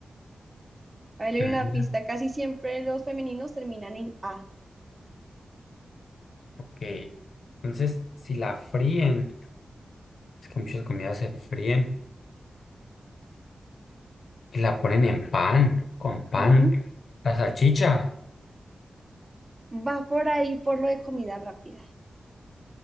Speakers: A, on the right; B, on the left.
A: A ver, le
B: Ujú,
A: una pista. Casi siempre los femeninos terminan en A.
B: Ok. Entonces, si la fríen, es que muchas comidas se fríen y la ponen en pan, con pan.
A: Ujú.
B: La salchicha.
A: Va por ahí por lo de comida rápida.